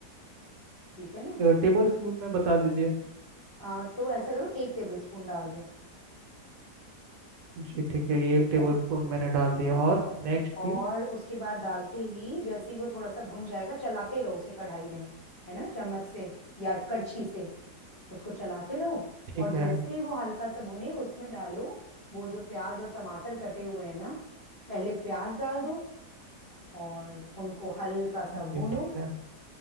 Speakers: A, on the left; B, on the right.
A: ठीक है ना
B: टेबल स्पून में बता दीजिए
A: अ, तो ऐसा करो एक टेबल स्पून डाल दो
B: जी ठीक है ये
A: ठीक
B: एक टेबल
A: है
B: स्पून मैंने डाल दिया और नेक्स्ट
A: और
B: फिर
A: उसके बाद डालते ही जैसे ही वो थोड़ा सा भुन जाएगा चलाते रहो उसे कढ़ाई में है ना चम्मच से या कड़छी से उसको चलाते रहो
B: ठीक
A: और जैसे
B: है
A: ही वो हल्का सा भुने उसमें डालो वो जो प्याज और टमाटर कटे हुए हैं ना पहले प्याज डाल दो और उनको हल्का सा
B: ये
A: भूनो
B: ठीक है